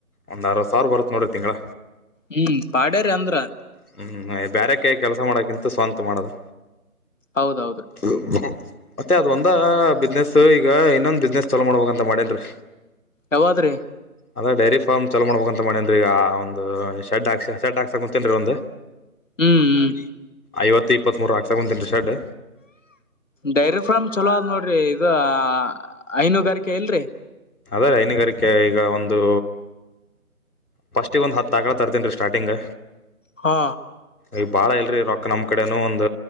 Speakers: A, on the left; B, on the left.
A: ಒಂದುಾಅರವತ ಸಾವಿರ ಬರತ್ತ ನೋಡಿರಿ ತಿಂಗಳ
B: ಹುಂ ಪಾಡ್ಯೇರಿ ಅಂದ್ರ
A: ಹುಂ ಬೇರೆಯವರ ಕೈಯಾಗ ಕೆಲಸ ಮಾಡೋಕಿಂತ ಸ್ವಂತ ಮಾಡದು
B: ಹೌದದೌದ
A: <inaudible> ಮತ್ತೆ ಅದ ಒಂದ ಬಿಸ್ನೆಸ್ ಈಗ ಇನ್ನೊಂದ ಬಿಸ್ನೆಸ್ ಚಾಲೋ ಮಾಡ್ಬಬೇಕಂತ ಮಾಡೇನ್ರಿ.
B: ಯಾವದ್ರಿ
A: ಅದೇ ಡೈರಿ ಫಾರ್ಮ್ ಚಲೋ ಮಾಡಬೇಕ ಅಂತ ಮಾಡೇನ್ ಈಗ ಒಂದು ಶೆಡ್ ಹಾಕ್ ಶೆಡ್ ಹಾಕ್ತಾ ಕುಂತೇನ್ ರೀ ಒಂದು
B: ಹ್ಮ್ ಹ್ಮ್
A: ಐವತ್ತು ಇಪ್ಪತ್ ಮೂರು ಹಾಕಸಾಕ ಕುಂತೇನ್ ಶೇಡ್
B: ಡೈರಿ ಫಾರ್ಮ್ ಚಲೋ ಆದ್ ನೋಡ್ರಿ ಇದು ಹೈನೂಗಾರಿಕೆ ಇಲ್ರಿ
A: ಅದೇ ಹೈನಗಾರಿಕೆ ಈಗ ಒಂದು ಫರ್ಸ್ಟ್ ಒಂದು ಹತಾ ಹಾಕಲಾ ತರ್ತೀನ್ ರೀ ಸ್ಟಾರ್ಟಿಂಗ್
B: ಹಾ
A: ಈ ಬಾಳ ಇಲ್ರಿ ರೊಕ್ಕ ನಮ್ ಕಡೆನು ಒಂದ್